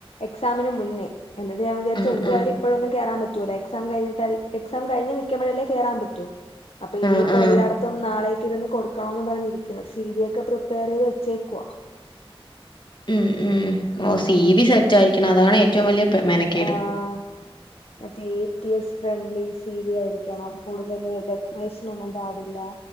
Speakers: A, on the left (about 80°); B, on the left (about 50°).
A: എക്സാമിന് മുന്നേ എന്നിട്ട് ഞാൻ വിചാരിച്ച്
B: ആഹ്
A: എന്തുവായാലും
B: ആഹ്
A: എപ്പോഴൊന്നും കേറാൻ പറ്റൂല എക്സാം കഴിഞ്ഞട്ട എക്സാം കഴിഞ്ഞു നിൽക്കുമ്പഴല്ലേ കേറാൻ പറ്റു അപ്പൊ ഇനിയിപ്പൊ
B: ആഹ് ആഹ്
A: എല്ലാടത്തും നാളേക്ക് ഇരുന്ന് കൊടുക്കണോന്ന് പറഞ്ഞിരിക്കുന്നു സി വി ഒക്കെ പ്രിപ്പയർ ചെയ്ത് വെച്ചേക്കുവ
B: ഉം ഉം ഓ
A: ഉം
B: സി വി സെറ്റ് ആയിരിക്കണം അതാണ് ഏറ്റവും വലിയ മെനക്കേട്
A: ആഹ് മറ്റേ A T S friendly C V ആയിരിക്കണം കൂടുതൽ ഡെക്കറേഷൻ ഒന്നും പാടില്ല